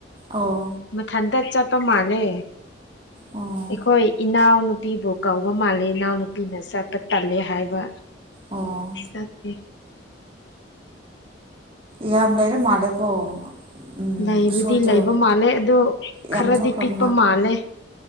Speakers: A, on the right (about 30°); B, on the left (about 75°).
A: ꯑꯣ
B: ꯃꯊꯟꯇ ꯆꯠꯇꯧ ꯃꯥꯜꯂꯦ
A: ꯑꯣ
B: ꯑꯩꯈꯣꯏ ꯏꯅꯥꯎ ꯅꯨꯄꯤꯕꯨ ꯀꯧꯕ ꯃꯥꯜꯂꯦ ꯏꯅꯥꯎ ꯅꯨꯄꯤꯅ ꯆꯠꯄ ꯇꯜꯂꯦ ꯍꯥꯏꯕ
A: ꯑꯣ
B: ꯁꯠꯇ
A: ꯌꯥꯝꯌꯥꯝ ꯂꯩꯔꯦ ꯃꯥꯜꯂꯦꯀꯣ ꯎꯝ
B: ꯂꯩꯕꯨꯗꯤ
A: ꯎꯁꯣꯏꯗꯣ
B: ꯂꯩꯕ ꯃꯥꯜꯂꯦ ꯑꯣ
A: ꯌꯥꯝ
B: ꯈꯔꯗꯤ
A: ꯊꯣꯛꯈ꯭ꯔꯕ
B: ꯄꯤꯛꯄ ꯃꯥꯜꯂꯦ